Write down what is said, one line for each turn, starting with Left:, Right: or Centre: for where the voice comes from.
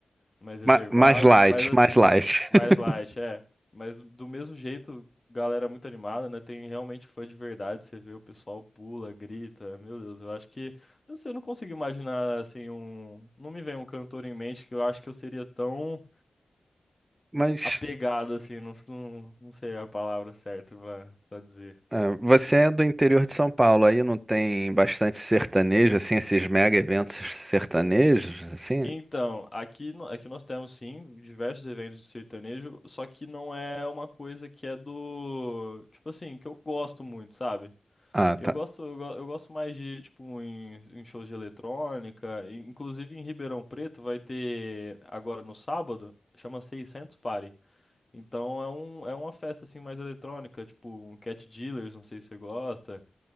Left: mais reservado,
Right: Ma- Mais light,
Left: mas assim,
Right: mais light.
Left: mais
Right: <laughs>
Left: light, é. Mas do mesmo jeito, galera muito animada, né, tem realmente fã de verdade, você vê o pessoal pula, grita, meu Deus, eu acho que, eu não sei, eu não consigo imaginar, assim, um, não me vem um cantor em mente que eu acho que eu seria tão
Right: Mas
Left: apegado, assim, não, não, não sei a palavra certa pra, pra dizer.
Right: É, Você é do interior de São Paulo, aí não tem bastante sertanejo, assim, esses mega eventos sertanejos, assim?
Left: Então, aqui, no- aqui nós temos sim diversos eventos de sertanejo, só que não é uma coisa que é do, tipo assim, que eu gosto muito, sabe?
Right: Ah,
Left: Eu
Right: tá.
Left: gosto, eu, go- eu gosto mais de, tipo, em, em shows de eletrônica, e, inclusive em Ribeirão Preto vai ter agora no sábado, chama seiscentos Party. Então é um, é uma festa assim mais eletrônica, tipo um Cat Dealers, não sei se você gosta.